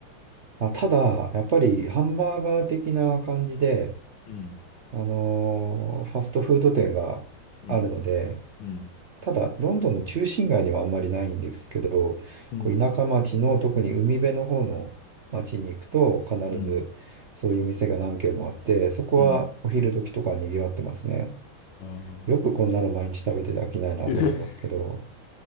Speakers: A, on the right; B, on the left.
A: あ、ただ、やっぱりハンバーガー的な感じで、
B: うん。うん。
A: あのーファストフード店があるので、
B: うん。うん。
A: ただ、ロンドンの中心街にはあんまりないんですけど、
B: うん。
A: こう田舎町の特に海辺の方の町に行くと、必ずそういう店が何軒もあって、
B: うん。
A: そこはお昼時とか賑わってますね。
B: うん。あ
A: よくこんなの毎日食べてて飽きないなと思いますけど。
B: あ、<laughs>